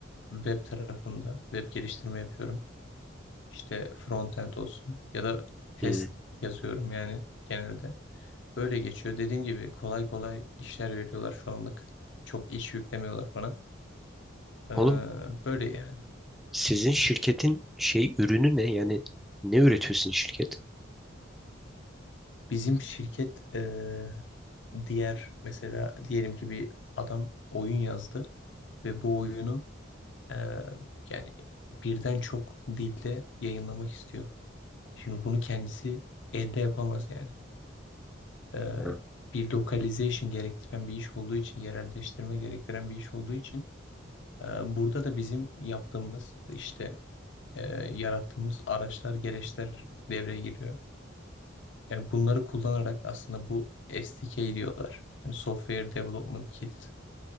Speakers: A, on the left (about 65°); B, in the centre.
A: web tarafında web geliştirme yapıyorum. işte frontend olsun ya da test
B: Hmm.
A: yazıyorum yani genelde. Böyle geçiyor. Dediğim gibi kolay kolay işler veriyorlar şu anlık. Çok iş yüklemiyorlar bana. Ee,
B: Oğlum
A: böyle yani.
B: sizin şirketin şey ürünü ne? Yani ne üretiyorsun şirket?
A: Bizim şirket e, diğer mesela diyelim ki bir adam oyun yazdı ve bu oyunu e, yani birden çok dilde yayınlamak istiyor. Şimdi bunu kendisi elde yapamaz yani. e,
B: Ha.
A: bir localization gerektiren bir iş olduğu için, yerelleştirme gerektiren bir iş olduğu için e, burada da bizim yaptığımız işte e, yarattığımız araçlar, gereçler devreye giriyor. Yani bunları kullanarak aslında bu SDK diyorlar. Yani Software Development Kit.